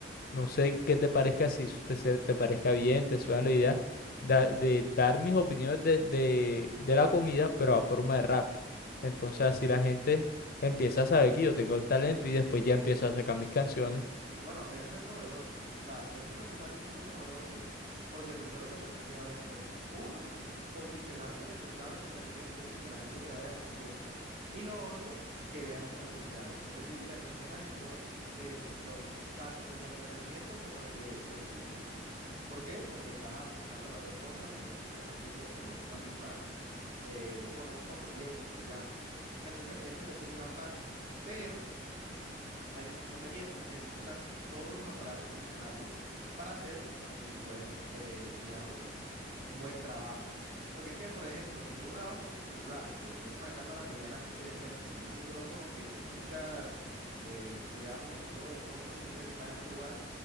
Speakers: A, on the left (about 55°); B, on the right (about 40°).
A: no sé qué te parezca, si te, se- te parezca bien, te suena la idea, da- de dar mis opiniones de, de, de la comida, pero a forma de rap. Entonces así la gente empieza a saber que yo tengo el talento y después ya empiezo a sacar mis canciones.
B: Bueno, eso es novedoso. O sea, eso que me estás diciendo es novedoso porque primero te permite varias cosas. Uno, posicionarte en el mercado del entretenimiento, es decir, que la gente te vaya conociendo. Y lo otro, que vean tus habilidades. Es decir, te posicionas en dos eh, sectores, tanto en el de entretenimiento como en el de eh, música. ¿Por qué? Porque estás afrontando las dos cosas en un, en un mismo, como en una misma, eh, con un mismo proyecto, digamos. Entonces, eso te sirve bastante. Pero hay un inconveniente. Necesitas todos los aparatos necesarios para hacer un buen, eh, digamos, un buen trabajo. Porque es que, por ejemplo, si tú grabas con tu celular, que tiene una cámara medianamente decente y un micrófono que se escucha, eh, digamos, el ruido de fondo siempre que estás en un lugar,